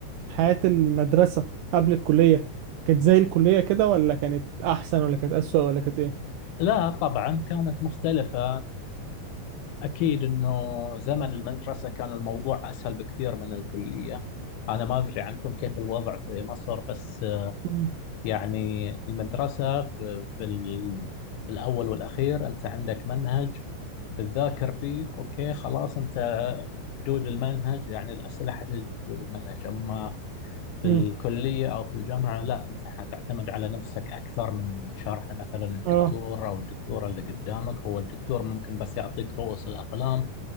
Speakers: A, on the right; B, on the left.
A: حياة المدرسة قبل الكلية كانت زي الكلية كده ولا كانت احسن ولا كانت اسوأ ولا كانت ايه
B: لا طبعا كانت مختلفة أكيد أنه زمن المدرسة كان الموضوع أسهل بكثير من الكلية أنا ما أدري عنكم كيف الوضع في مصر بس
A: امم
B: يعني المدرسة في, في, ال- في الأول والأخير أنت عندك منهج بتذاكر فيه أوكي خلاص أنت حدود المنهج يعني الأسئلة حتجي في حدود المنهج أما في
A: أمم.
B: الكلية أو في الجامعة لا أنت حتعتمد على نفسك أكثر من شرح مثلا الدكتور
A: اه
B: أو الدكتورة اللي قدامك هو الدكتور ممكن بس يعطيك رؤوس الأقلام